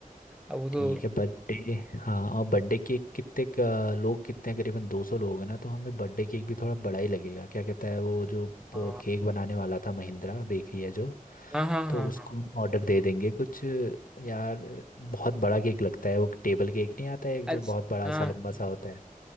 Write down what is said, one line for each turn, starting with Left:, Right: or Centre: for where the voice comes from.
Centre: अब वो तो
Left: ठीक है बर्थडे हाँ और बर्थडे केक कितने का- लोग कितने हैं? करीबन दो सौ लोग हैं ना तो हमें बर्थडे केक भी थोड़ा बड़ा ही लगेगा क्या कहता है वो जो प-
Centre: हाँ
Left: केक बनाने वाला था महिंद्रा बेकरी है जो
Centre: हाँ हाँ
Left: तो
Centre: हाँ
Left: उसको
Centre: हाँ
Left: हम ऑर्डर दे देंगे कुछ यार बहुत बड़ा केक लगता है वो टेबल केक नहीं आता है एक
Centre: अच्छा
Left: जो बहुत बड़ा
Centre: हाँ
Left: सा लंबा सा होता है